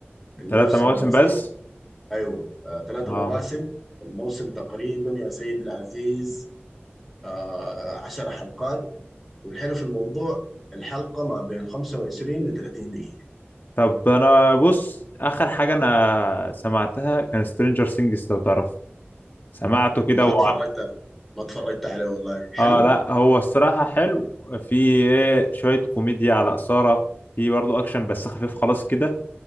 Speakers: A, in the centre; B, on the left.
A: الموسم
B: ثلاثة مواسم
A: يا سيد
B: بس
A: أيوة آه، ثلاثة
B: اه
A: مواسم الموسم تقريبا يا سيد العزيز آه، عشر حلقات والحلو في الموضوع الحلقة ما بين 25 ل 30 دقيقة
B: طب انا بص اخر حاجة انا سمعتها كان سترينجر سينجز لو تعرف سمعته كده
A: ما
B: و...
A: اتفرجت ما اتفرجت عليه والله حلو
B: اه لا هو الصراحة حلو في ايه شوية كوميديا على إثارة في برضه أكشن بس خفيف خلاص كده